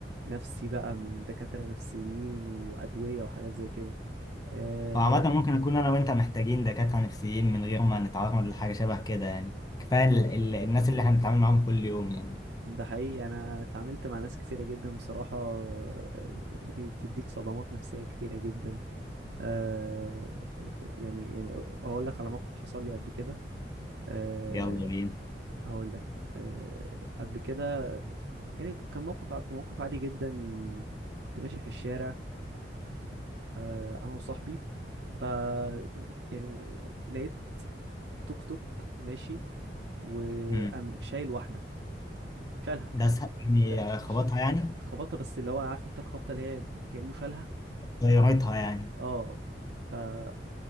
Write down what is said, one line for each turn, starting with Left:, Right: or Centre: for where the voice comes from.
Right: نفسي بقى من دكاترة نفسيين وأدوية وحاجات زي كده آه،
Left: وعامة ممكن نكون انا وانت محتاجين دكاترة نفسيين من غير ما نتعرض لحاجة شبه كده يعني كفاية ال- ال- الناس اللي احنا بنتعامل معاهم كل يوم يعني
Right: ده حقيقي انا اتعاملت مع ناس كتيره جدا بصراحه آه، هي بتديك صدمات نفسيه كتيره جدا آه يعني يعني هقول لك على موقف حصل لي قبل كده آه
Left: يلا بينا
Right: هقول لك آه قبل كده يعني كان موقف كان موقف عادي جدا كنت ماشي في الشارع آه انا وصاحبي ف يعني لقيت توك توك ماشي وقام
Left: مم.
Right: شايل واحده شالها
Left: ده سهل يعني
Right: ده
Left: خبطها يعني
Right: خبطها بس اللي هو عارف انت الخبطه اللي هي كانه شالها
Left: غيرتها يعني
Right: اه ف ايه